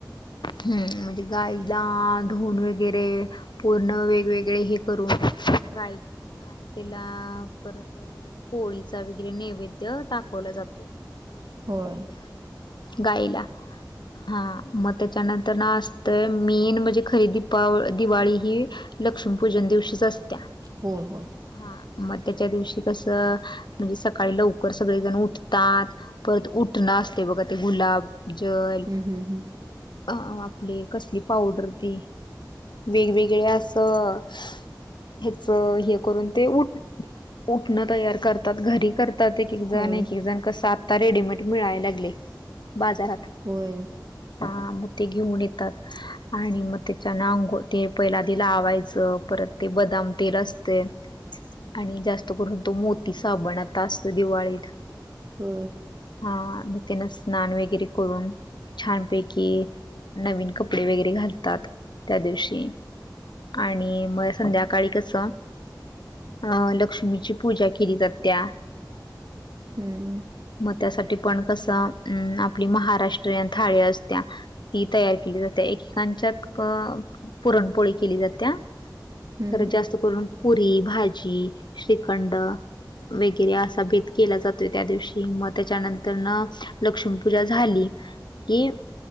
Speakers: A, on the left (about 80°); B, on the right (about 55°).
A: हम्म! म्हणजे गायला धुन वगैरे पूर्ण वेगवेगळे हे करून गाय आणि त्याला परत पोळीचा नैवेद्य दाखवले जातो.
B: होय.
A: गाईला. हा मग त्याच्यानंतर ना असतंय मीन म्हणजे खरी दीपाव दिवाळी ही. लक्ष्मीपूजन दिवशीच असत्या.
B: हो हो.
A: हा मग त्याच्या दिवशी कसं. म्हणजे सकाळी लवकर सगळेजण उठतात. परत उठणं असते बघा ते गुलाब जल
B: हम्म हम्म
A: अ <unintelligible> आपले कसली पावडर ती वेगवेगळे अस. हच हे करून ते उठण तयार कर त घरी करतात एक एक जण,
B: हम्म
A: एक एक जण कस आता रेडीमेड मिळाय लागले बाजारात.
B: होय.
A: ह मग ते घेऊन येतात. आणि मग त्याच्यान अंंगोळ ते पहिला आधी लावायचं परत ते बदाम तेल असते. आणि जास्त करून तो मोती साबण आता असत दिवाळीत.
B: हो.
A: हा मग त्याना स्नान वगैरे करून छानपैकी, नवीन कपडे वगैरे घालतात त्या दिवशी. आणि मग संध्याकाळी कस अं लक्ष्मीची पूजा केली जात त्या.
B: हम्म!
A: मग त्यासाठी पण कस अं आपली महाराष्ट्रीयन थाळी असत्या. ती तयार केली जाते एकेकांच्यात पुरणपोळी केली जाते.
B: हम्म
A: खरं
B: हम्म
A: जास्त करून पुरी, भाजी, श्रीखंड वगैरे असा भेद केला जातोय त्या दिवशी मग, त्याच्यानंतर न लक्ष्मीपूजा झाली. हें